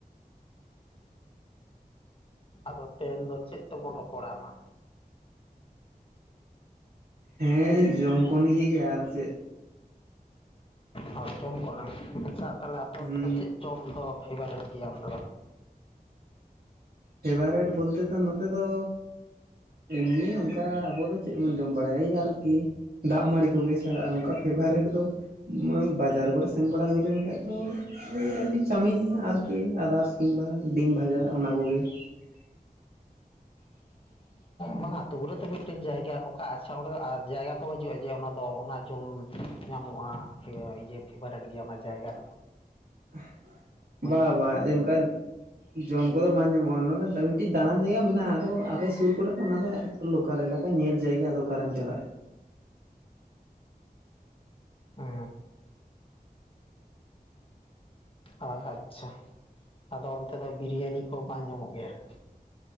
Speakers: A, on the left; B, on the right.
A: ᱟᱫᱚ ᱛᱮᱦᱮᱱ ᱫᱚ ᱪᱮᱫ ᱛᱮᱵᱚᱱ ᱨᱚᱯᱚᱲᱟ ᱢᱟ᱾
B: ᱦᱮᱸᱻ ᱡᱚᱢ ᱠᱚ ᱱᱤᱭᱮ ᱜᱮ ᱟᱨ ᱪᱮᱫ?
A: ᱦᱚᱭ ᱡᱚᱢ ᱠᱚ ᱨᱮᱱᱟᱜ, ᱟᱪᱪᱷᱟ ᱛᱟᱦᱚᱞᱮ ᱟᱞᱮ
B: ᱦᱩᱸ
A: ᱚᱱᱛᱮ ᱫᱚ ᱪᱮᱫ ᱪᱚᱢ <inaudible> ᱫᱚ ᱯᱷᱮᱵᱟᱨᱮᱴ ᱜᱮᱭᱟ ᱚᱱᱛᱮ ᱫᱚ?
B: ᱯᱷᱮᱵᱟᱨᱮᱴ ᱵᱚᱞᱛᱮ ᱫᱚ ᱱᱚᱛᱮ ᱫᱚ, ᱮᱢᱱᱤ ᱱᱚᱝᱠᱟ ᱟᱵᱚ ᱫᱚ ᱪᱮᱫ ᱵᱚᱱ ᱡᱚᱢ ᱵᱟᱲᱟᱭ, ᱮᱭ ᱟᱨᱠᱤ ᱫᱟᱜ ᱢᱟᱹᱲᱤ ᱠᱚᱜᱮ ᱪᱷᱟᱲᱟᱜ-ᱟ, ᱱᱚᱝᱠᱟ ᱯᱷᱮᱵᱟᱨᱮᱴ ᱫᱚ ᱵᱟᱡᱟᱨ ᱠᱚᱨᱮ ᱥᱮᱱ ᱵᱟᱲᱟ ᱦᱩᱭ ᱞᱮᱱᱠᱷᱟᱡ᱾ ᱛᱚ ᱮᱢᱱᱤ ᱪᱟᱣᱢᱤᱱ ᱟᱨᱠᱤ ᱟᱫᱟᱨᱥ ᱠᱤᱢᱵᱟ ᱰᱤᱢ ᱵᱷᱟᱡᱟ ᱚᱱᱟ ᱠᱚᱜᱮ᱾ <unintelligible> <unintelligible>
A: ᱵᱟᱝᱟ ᱟᱛᱳ ᱠᱚᱨᱮ ᱛᱚ ᱢᱤᱫᱴᱮᱱ ᱡᱟᱭᱜᱟ ᱚᱠᱟ ᱟᱪᱪᱷᱟ ᱚᱸᱰᱮ ᱫᱚ ᱡᱟᱭᱜᱟ ᱠᱚ ᱵᱟᱹᱪᱩᱜ-ᱟ ᱡᱮ ᱚᱱᱟ ᱫᱚ ᱚᱱᱟ ᱡᱚᱢ ᱧᱟᱢᱚᱜ-ᱟ᱾ ᱯᱷᱮᱵᱟᱨ ᱤᱭᱟ. ᱯᱷᱮᱵᱟᱨᱮᱴ ᱜᱮᱭᱟ ᱚᱱᱟ ᱡᱟᱭᱜᱟ ᱴᱩᱠᱩ᱾
B: <unintelligible> ᱵᱟ
A: ᱛᱟᱯᱮᱭᱟ?
B: ᱵᱟ ᱤᱱᱠᱟ ᱡᱚᱢ ᱠᱚᱫᱚ ᱵᱟᱝ ᱧᱟᱢᱚᱜ-ᱟ᱾ ᱱᱚᱰᱮ ᱫᱟ. ᱢᱤ ᱢᱤᱫᱴᱤᱡ ᱫᱟᱲᱟᱱ ᱡᱟᱭᱜᱟ ᱢᱮᱱᱟᱜ-ᱟ, ᱟᱫᱚ ᱟᱞᱮ ᱥᱩᱨ ᱠᱚᱨᱮ ᱛᱚ ᱚᱱᱟ ᱫᱚ ᱞᱳᱠᱟᱞ ᱮᱞᱟᱠᱟ ᱧᱮᱞ ᱡᱟᱭᱜᱟ ᱟᱫᱚ ᱚᱠᱟᱨᱮᱢ ᱪᱟᱞᱟᱜ-ᱟ᱾
A: ᱚ ᱚ ᱟᱪᱪᱷᱟ, ᱟᱫᱚ ᱚᱱᱛᱮ ᱫᱚ ᱵᱤᱨᱭᱟᱱᱤ ᱠᱚ ᱵᱟᱝ ᱧᱟᱢᱚᱜ ᱜᱮᱭᱟ ᱾